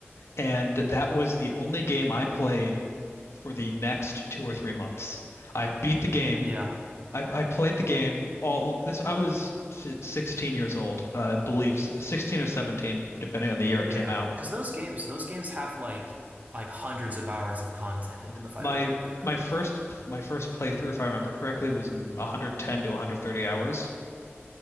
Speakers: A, on the left (about 80°); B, on the right (about 35°).
A: and that was the only game I played for the next two or three months. I beat the game.
B: <laughs> yeah,
A: I, I played the game all this. I was si, 16 years old, uh, I believe 16 or 17, depending on the year it
B: yeah.
A: came out.
B: Because those games, those games have like like hundreds of hours of content in them, if
A: My
B: I remember correctly.
A: my first my first playthrough, if I remember correctly, was 110 to 130 hours.